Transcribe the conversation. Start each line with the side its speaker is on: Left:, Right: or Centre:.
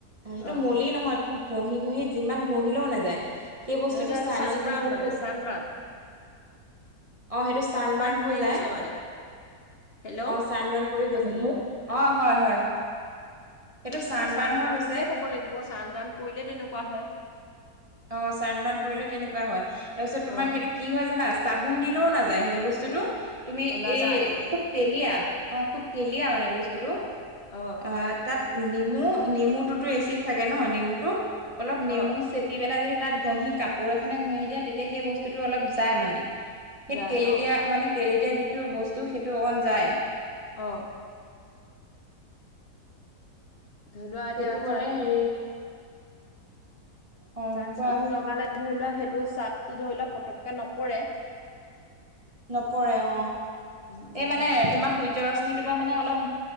Right: সেইটো
Left: অ
Right: মলি নহয় ঘঁহি ঘঁহি যিমান ঘঁহিলেও নাযায়। সেই বস্তুটো
Left: নেযায়
Right: ছানস্ক্ৰীনৰ
Left: চানবান মানে
Right: জ
Left: চানবান
Right: অ সেইটো চান
Left: চানবান
Right: বাৰ্ণ
Left: পৰি
Right: হৈ যায়।
Left: গৈছে মানে হেল্ল'
Right: অ চান বাৰ্ন পৰি গৈছিল। অ হয় হয়। সেইটো চানবাৰ্ণ
Left: এইটো চান
Right: হৈ
Left: বাৰ্ন
Right: গৈছে
Left: বুলিয়ে কব লাগিব চান বাৰ্ন পৰিলে তেনেকুৱা হয়।
Right: অ চান বাৰ্ন পৰিলে তেনেকুৱা হয়, তাৰপিছত তোমাৰ
Left: অ
Right: সেইটো কি হয় জানা চা বুন দিলেও নাযায় সেই বস্তুটো তুমি
Left: অ নাযায়
Right: এই
Left: অ
Right: খুব তেলীয়া, অ খুব তেলীয়া মানে বস্তুটো
Left: অ
Right: আহ তাত নেমু নেমুটোতো এচিড থাকে ন নেমুটো অলপ
Left: অ
Right: নেমু চে পি পেলাই যদি তাত ঘঁহি কাপোৰ এনে ঘঁহি দিয়া তেতিয়া সেই বস্তুটো অলপ যায় মানে। সেই
Left: যায়
Right: তেলেতীয়া
Left: ন
Right: মানে তেলেতীয়া যিটো বস্তু সেইটো অকন যায়।
Left: অঁ। ধলুৱা এতিয়াতে
Right: সেইটো গ'লে
Left: চান স্ক্ৰীন
Right: হেৰি অ
Left: চানস্ক্ৰীন
Right: কোৱা
Left: লগালে ধৰি লোৱা সেইটো চাপটো ধৰি লোৱা পতককে নপৰে
Right: নপৰে অ
Left: উম উম
Right: এই মানে তোমাক সূৰ্য ৰশ্মিটোৰ পৰা মানে অলপ